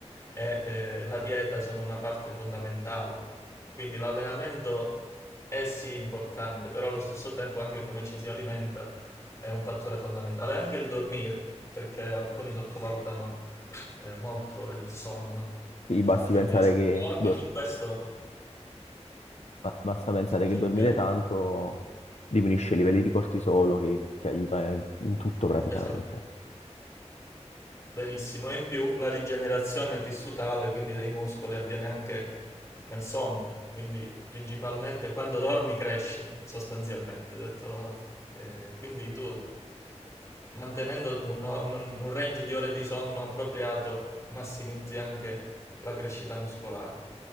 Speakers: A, on the left; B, on the left.
A: e eh, la dieta sono una parte fondamentale. Quindi l'allenamento è sì importante, però allo stesso tempo anche come ci si alimenta è un fattore fondamentale, anche il dormire, perché alcuni sottovalutano eh, molto il sonno.
B: mi basti
A: Quindi
B: pensare
A: sì,
B: che
A: anche
B: dormi.
A: su questo,
B: ba- basta pensare
A: scusa,
B: che dormire
A: ti chiedo-
B: tanto diminuisce i livelli di cortisolo che ti aiuta in, in tutto praticamente.
A: esatto, verissimo. E in più la rigenerazione tissutale, quindi dei muscoli, avviene anche nel sonno. Quindi principalmente quando dormi cresci, sostanzialmente. Detto, eh, quindi tu mantenendo un, un- un range di ore di sonno appropriato massimizzi anche la crescita muscolare.